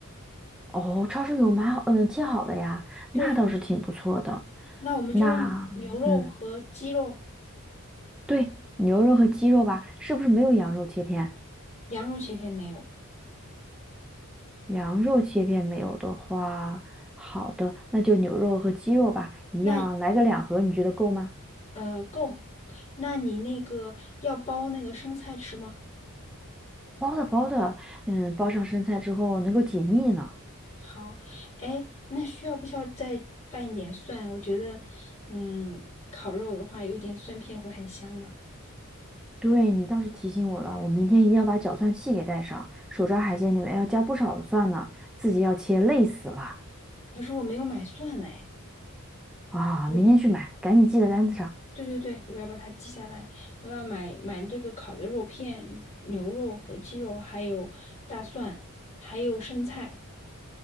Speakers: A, in the centre; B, on the left.
A: 哦，超市有买好，嗯，切好的呀，
B: 对，
A: 那倒是挺不错的。
B: 那我们就用牛肉和鸡肉，
A: 那，嗯，对，牛肉和鸡肉吧，是不是没有羊肉切片？
B: 羊肉切片没有？
A: 羊肉切片没有的话，好的，那就牛肉和鸡肉吧，一样来个两盒，
B: 那
A: 你觉得够吗？
B: 呃够，那你那个要包那个生菜吃吗？
A: 包的包的，嗯，包上生菜之后能够解腻呢。
B: 好，哎，那需要不需要再拌一点蒜？我觉得，嗯，烤肉的话有点蒜片会很香的。
A: 对，你倒是提醒我了，我明天一定要把搅蒜器给带上。手抓海鲜里面要加不少的蒜呢，自己要切，累死了
B: 可是我没有买蒜嘞。
A: 啊！
B: 我
A: 明天去买，赶紧记在单子上。
B: 对对对，我要把它记下来。我要买买这个烤的肉片、牛肉和鸡肉，还有大蒜，还有生菜。